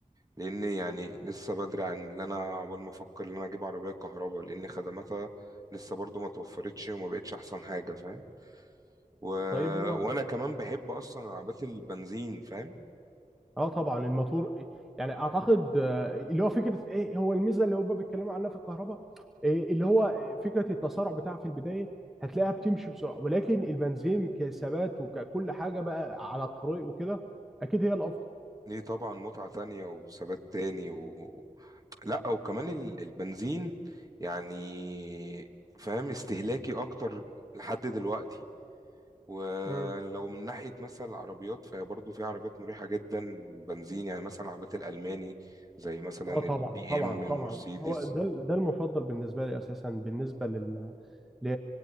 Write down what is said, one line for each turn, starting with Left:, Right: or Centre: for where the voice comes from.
Right: لان يعني لسه بدري عن اللي انا عقبال ما افكر ان انا اجيب عربيه كهرباء لان خدماتها لسه برضو ما توفرتش وما بقتش احسن حاجه فاهم و...
Centre: طيب هو
Right: وانا كمان بحب اصلا العربيات البنزين فاهم
Centre: اه طبعا الماتور يعني اعتقد آه، اللي هو فكره ايه هو الميزه اللي هم بيتكلموا عنها في الكهرباء إيه اللي هو فكره التسارع بتاعها في البدايه هتلاقيها بتمشي بسرعه ولكن البنزين كثبات وككل حاجه بقى على الطريق وكده اكيد هي الافضل
Right: ليه طبعا متعة تانية وثبات تاني و... لا وكمان ال- البنزين يعني فاهم استهلاكي اكتر لحد دلوقتي ولو
Centre: اه
Right: من ناحية مثلا العربيات فهي برضه في عربيات مريحة جدا بنزين يعني مثلا العربيات الألماني زي مثلا
Centre: اه طبعا
Right: البي
Centre: طبعا
Right: ام
Centre: طبعا
Right: المرسيدس
Centre: هو ده ده المفضل بالنسبه لي اساسا بالنسبه لل... ل-